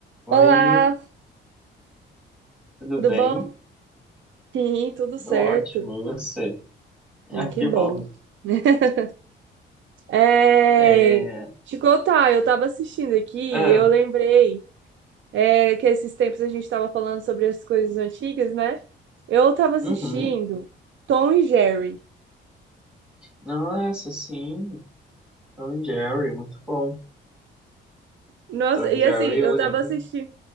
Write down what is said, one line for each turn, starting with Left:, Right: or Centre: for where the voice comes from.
Centre: Oi,
Right: Olá,
Centre: tudo
Right: tudo
Centre: bem?
Right: bom? Sim, tudo
Centre: Tudo
Right: certo.
Centre: ótimo, e você? <laughs>
Right: Ai,
Centre: Ah,
Right: que
Centre: que
Right: bom.
Centre: bom.
Right: <laughs> É,
Centre: É,
Right: te contar, eu tava assistindo aqui e
Centre: é,
Right: eu lembrei é, que esses tempos a gente tava falando sobre as coisas antigas, né? Eu tava assistindo
Centre: uhum.
Right: Tom e Jerry.
Centre: Nossa, sim, Tom e Jerry, muito bom.
Right: Nossa,
Centre: Tom
Right: e
Centre: e Jerry,
Right: assim, eu
Centre: eu lembro.
Right: tava assistindo,